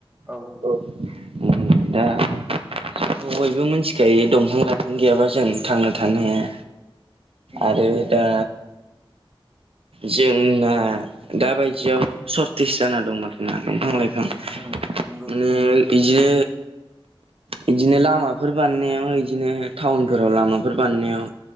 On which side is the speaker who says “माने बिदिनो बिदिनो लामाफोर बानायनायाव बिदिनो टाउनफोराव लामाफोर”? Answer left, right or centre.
Right